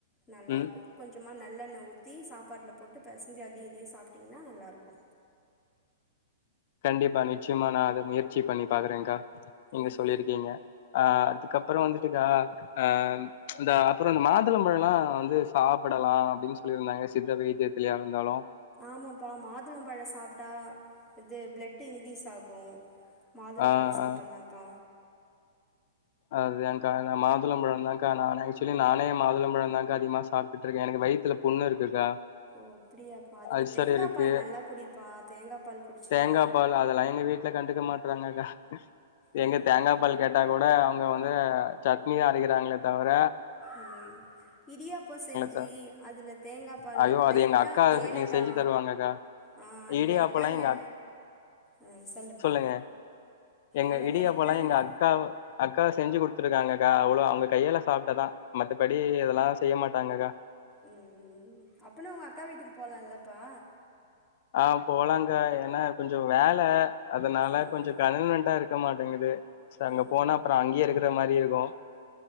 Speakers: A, on the left (about 20°); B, on the left (about 55°).
A: நல்லா
B: ம்
A: இருக்கு கொஞ்சமா நல்லெண்ண ஊத்தி சாப்பாட்ல போட்டு பெசஞ்சு அதையு இதயு சாப்ட்டீங்கன்னா நல்லா இருக்கு
B: கண்டிப்பா நிச்சயமா நா அத முயற்சி பண்ணி பாக்குறேங்கா நீங்க
A: ம்
B: சொல்லியிருக்கீங்க ஆ அதுக்கப்பற வந்துட்டுக்கா ஆ இந்த அப்பறோ இந்த மாதுளம்பழ எல்லா வந்து சாப்பிடலா அப்படின்னு சொல்லியிருந்தாங்க சித்தவை த்தியத்திலயா இருந்தாலு
A: ஆமாப்பா மாதுளம்பழ சாப்ட்டா இது பிளட்டு இன்கிரீஸ் ஆகு மாதுளம்பழ
B: ஆ
A: சாப்பிட்லாம்ப்பா
B: ஆ அதுதான்க்கா நா மாதுளம்பழம் தான்க்கா நா ஆக்சுவலி நானே மாதுளம்பழந்தாக்கா அதிகமா சாப்டுட்டு இருக்கே எனக்கு வயித்துல புண்ணு இருக்குக்கா
A: ஓ அப்டியாப்பா அதுக்கு
B: அல்சர்
A: தேங்கா
B: இருக்கு
A: பால் நல்லா குடிப்பா தேங்கா பால் குடிச்சினா
B: தேங்காப் பால் அதெல்லா எங்க வீட்ல கண்டுக்க மாட் ராங்கக்கா
A: ம்
B: எங்க தேங்காப் பால் கேட்டா கூட ங்க வந்து சட்னிதா அரக்கிறாங்களே தவர
A: ம் இடியாப்பொ செஞ்சி
B: த
A: அதுல தேங்காப் பால்ல
B: ஐயோ அது
A: லைட்டா
B: எங்க அக்கா
A: ஏலக்கா
B: எ செஞ்சு தருவாங்கக்கா.
A: ஆ அந்த
B: இடியாப்பல்லாம்
A: லைட்டா
B: எங்க
A: ஏ ஆ சொல்லுப்பா
B: சொல்லுங்க எங்க
A: அதுல
B: இடியாப்போலா
A: லைட்டான
B: எங்க அக்காவ் அக்காவ செஞ்சு குடுத் த்துருக்காங்கக்கா அவ்ளோ அவுங்க கையாள சாப்ட்டாதா மத்தப்படி அதெல்லா செய்ய மாட்டாங்ககா
A: ம் அப்பனா உங்க அக்கா வீட்டுக்கு போலால்லப்பா
B: ஆ போலாங்கா ஏன்னா கொஞ்சொ வேல அதனால
A: ம்
B: கொஞ்சொ கனனெண்ட்டா இருக்க மாட் டேங்கிது சோ அங்க
A: ம்
B: போனா அப்றொ அங்கயே இருக்குற மாரி இருக்கு